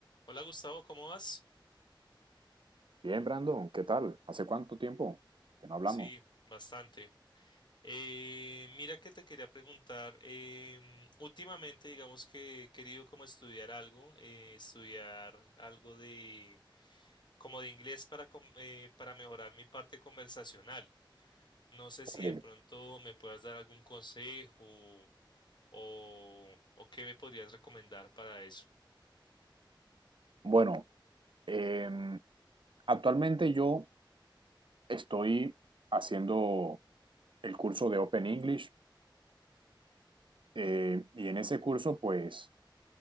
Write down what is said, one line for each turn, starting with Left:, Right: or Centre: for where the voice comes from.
Left: Hola Gustavo, ¿cómo vas?
Right: Bien, Brandon, ¿qué tal? ¿Hace cuánto tiempo que no hablamos?
Left: Sí, bastante. Eh, mira que te quería preguntar, em, últimamente digamos que he querido como estudiar algo, eh, estudiar algo de como de inglés para, com- eh, para mejorar mi parte conversacional. No sé
Right: Ok,
Left: si de pronto me puedas dar algún consejo o, o qué me podrías recomendar para eso.
Right: Bueno, em, actualmente yo estoy haciendo el curso de Open English eh, y en ese curso pues